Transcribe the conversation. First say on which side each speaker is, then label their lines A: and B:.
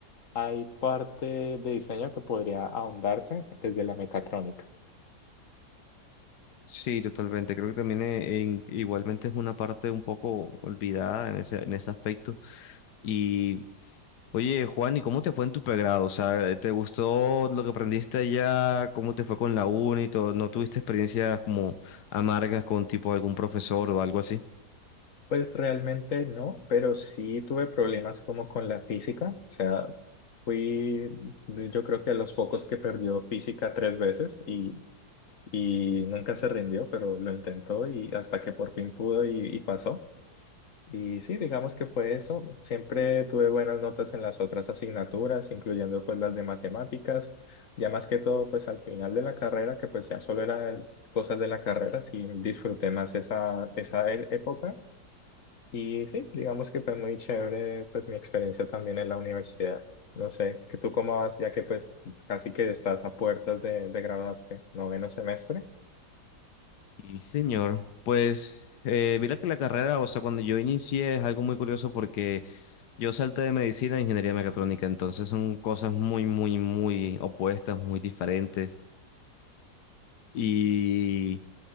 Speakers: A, on the left; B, on the left.
A: hay parte de diseño que podría ahondarse desde la mecatrónica.
B: Sí, totalmente. Creo que también eh, en- igualmente es una parte un poco olvidada en ese, en ese aspecto. Y Oye, Juan, ¿y cómo te fue en tu pregrado? O sea, ¿te gustó lo que aprendiste allá? ¿Cómo te fue con la uni y todo? ¿No tuviste experiencias como amargas con tipo algún profesor o algo así?
A: Pues realmente no, pero sí tuve problemas como con la física. O sea, fui yo creo que de los pocos que perdió física tres veces y, y nunca se rindió, pero lo intentó y hasta que por fin pudo y y pasó. Y sí, digamos que fue eso. Siempre tuve buenas notas en las otras asignaturas, incluyendo pues las de matemáticas. Ya más que todo, pues al final de la carrera, que pues ya solo eran cosas de la carrera, sí disfruté más esa, esa e- época. Y sí, digamos que fue muy chévere pues mi experiencia también en la universidad. No sé, que tú cómo vas, ya que pues casi que estás a puertas de, de graduarte, noveno semestre.
B: Y señor, pues eh, mira que la carrera, o sea, cuando yo inicié es algo muy curioso porque yo salté de medicina a ingeniería mecatrónica, entonces son cosas muy, muy, muy opuestas, muy diferentes. y